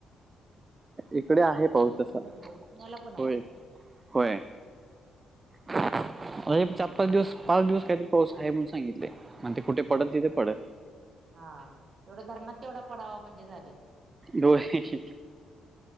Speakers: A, on the right (about 25°); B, on the right (about 45°).
A: इकडे
B: पुण्याला
A: आहे
B: पण
A: पाऊस
B: वाटतं
A: तसा
B: भरपूर पुण्याला पण
A: होय
B: आहे.
A: होय. आ हे चार पाच दिवस पाच दिवस काहीतरी पाऊस आहे म्हणून सांगित ले म्हणते कुठे
B: होय
A: पडल तिथे पडल.
B: हा तेवढा धरणात तेवढा पडावा म्हणजे झालं.
A: होय.